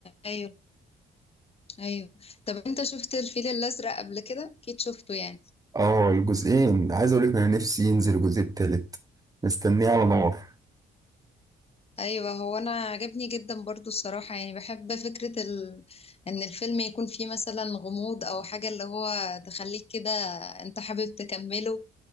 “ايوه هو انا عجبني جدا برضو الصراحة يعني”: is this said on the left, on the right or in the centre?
Left